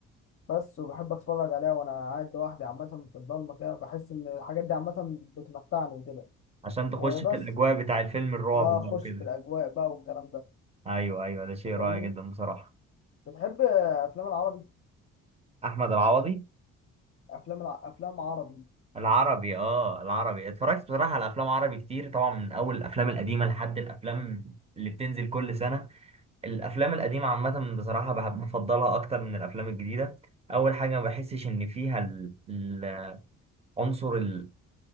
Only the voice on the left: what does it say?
بس وبحب اتفرج عليها وانا قاعد لوحدي عامه في الضلمه كده بحس ان الحاجات دي عامه بتمتعني وكده
وبس
اه اخش
في الاجواء بقى والكلام ده
انت
فاهمني
بتحب افلام العربي
افلام الع... افلام عربي